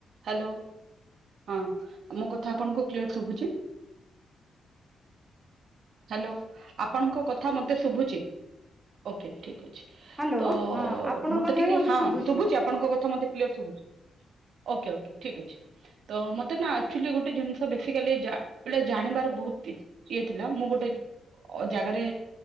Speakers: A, on the right; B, on the right.
A: ହାଲୋ ହଁ ମୋ କଥା ଆପଣଙ୍କୁ କ୍ଲିୟର ଶୁଭୁଚି? ହାଲୋ ଆପଣଙ୍କ କଥା ମତେ ଶୁଭୁଚି। ଓକେ ଠିକ ଅଛି।
B: ହ୍ୟାଲୋ
A: ତ
B: ହଁ ଆପଣଙ୍କ
A: ମତେ
B: କଥା
A: ଟିକେ,
B: ବି
A: ହଁ
B: ଶୁଭୁଛି
A: ଶୁଭୁଚି ଆପଣଙ୍କ କଥା ମତେ କ୍ୟର ଶୁଭୁଚି। ଓକେ ଓକେ ଠିକ୍ ଅଛି। ତ ମତେ ନା ଆକ୍ଚୁଆଲି ଗୋଟେ ଜିନିଷ ବେସିକାଲି ବ ଜାଣିବାର ବହୁତ ଇଏ ଥିଲା। ଲା। ମୁଁ ଗୋଟେ ଜାଗାରେ